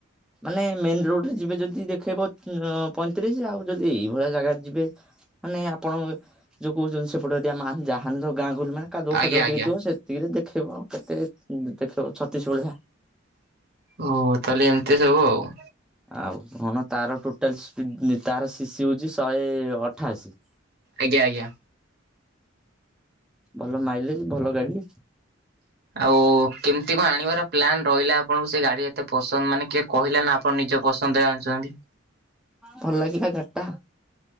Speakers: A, in the centre; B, on the right.
A: ମାନେ ମେନ ରୋଡରେ ଯିବେ ଯଦି, ଦେଖେଇବ ପଇଁତିରିଶ। ଆଉ ଯଦି ଏଇଭଳିଆ ଜାଗାରେ ଯିବେ ମାନେ ଆପଣ ଯୋଉ କହୁଛନ୍ତି ସେପଟେ ଏରିଆ <unintelligible> କାଦୁଅ
B: ଆଜ୍ଞା
A: ଫାଦୁଅ
B: ଆଜ୍ଞା
A: ଟିକେ ଥିବ ସେତିକିରେ ଦେଖେଇବ, କେତେ ଦେଖେଇବ ଛତିଶ ଭଳିଆ।
B: ଓ ତାହେଲେ ଏମିତି ସବୁ ଆଉ।
A: ଆଉ କଣ ତାର ଟୋଟାଲି ସ୍ପି ତାର ଶିଶି ହଉଛି ଶହେ ଅଠାଅଶୀ।
B: ଆଜ୍ଞା ଆଜ୍ଞା।
A: ଭଲ ମାଇଲେଜ ଭଲ ଗାଡି।
B: ଆଉ କେମିତି କଣ, ଆଣିବାର ପ୍ଲାନ୍ ରହିଲା? ଆପଣଙ୍କୁ ସେ ଗାଡି ଏତେ ପସନ୍ଦ ମାନେ କିଏ କହିଲା ନା ଆପଣ ନିଜ ପସନ୍ଦରେ ଆଣିଛନ୍ତି?
A: ଭଲ ଲାଗିଲା ଗାଡିଟା